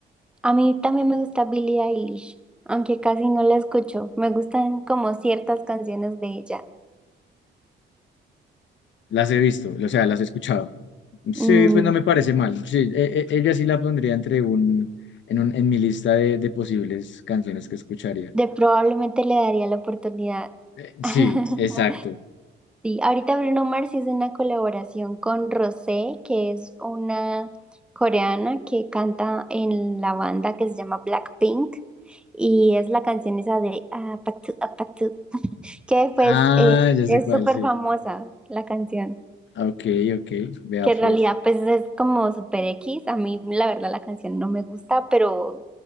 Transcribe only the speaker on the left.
Las he visto, o sea, las he escuchado. Sí,
pues no me parece mal. Sí, e- e- ella sí la pondría entre un, en un, en mi lista de, de posibles canciones que escucharía.
Eh, sí,
exacto.
Ah,
ya sé
cuál,
sí.
Ok, ok, vea
pues.